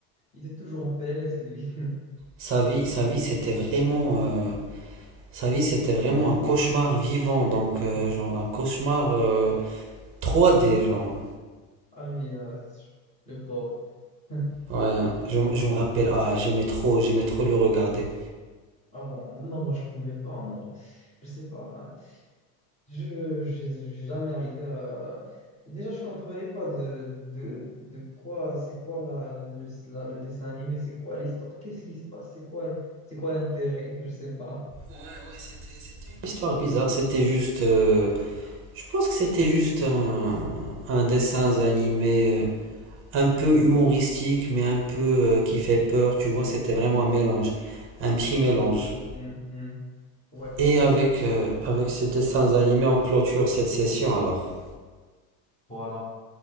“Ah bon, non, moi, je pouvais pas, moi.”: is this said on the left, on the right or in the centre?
Left